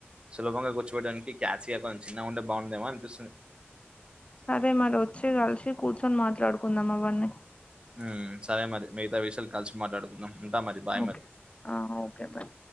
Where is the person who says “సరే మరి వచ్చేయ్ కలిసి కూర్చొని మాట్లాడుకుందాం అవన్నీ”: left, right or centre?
Left